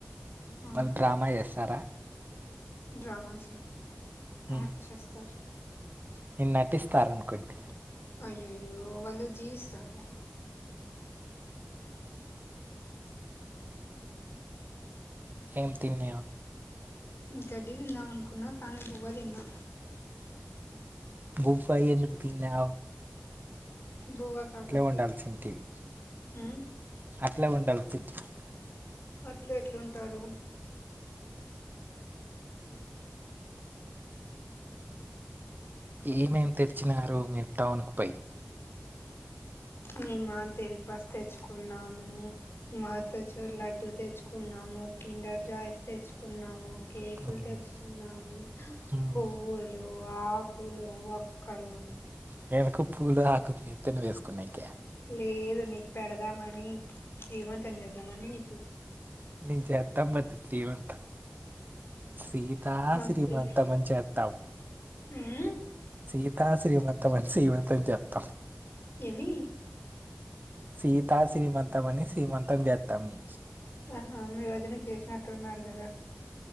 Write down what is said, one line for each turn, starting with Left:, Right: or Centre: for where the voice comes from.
Left: అవును
Right: వాళ్ళు డ్రామా చేస్తారా
Left: డ్రామాలు చేయరు
Right: ఉమ్,
Left: యాక్ట్ చేస్తారు
Right: నేను నటిస్తారు అనుకుంటీ
Left: అయ్యాయ్యో వాళ్ళు జీవిస్తారు
Right: ఏం తిన్నావ్
Left: గడ్డీ తిందాం అనుకున్నా కానీ బువ్వ తిన్నా
Right: బువ్వ ఎందుకు తిన్నావ్
Left: బువ్వ కాబట్టి
Right: ఉండాల్సింటివి
Left: హ్మ్
Right: అట్లే ఉండాల్సింటివి
Left: అట్లే ఇట్లా ఉంటారు
Right: ఏమేం తెచ్చినారు మీరు టౌన్ కి పోయి
Left: మేమ దిల్పస్ తెచ్చుకున్నాము మత్ తెచూర్ లడ్డూ తెచ్చుకున్నాము కిండర్ జాయ్స్ తెచ్చుకున్నాము కేకులు
Right: ఉమ్,
Left: తెచ్చుకున్నాము.
Right: ఉమ్,
Left: పువ్వులు, ఆకులు, ఒక్కలు.
Right: దేనికో పూలు ఆకుకి నెత్తిన వేసుకునేకా?
Left: లేదు నీకు పెడదామని శ్రీమంతం చేద్దామని నీకి
Right: నీకు చెత్తాం పట్టు స్రీమంతం. సీతా
Left: మా
Right: శ్రీమంతం
Left: పిన్ని
Right: అని చెత్తాం.
Left: ఉమ్
Right: సీతా శ్రీమంతమని సీమంతం చేత్తం.
Left: ఏమి
Right: సీతా శ్రీమంతం అని సీమంతం చేత్తం నీకి
Left: ఆహా మీ వదనకి చేసినట్టున్నారు కదా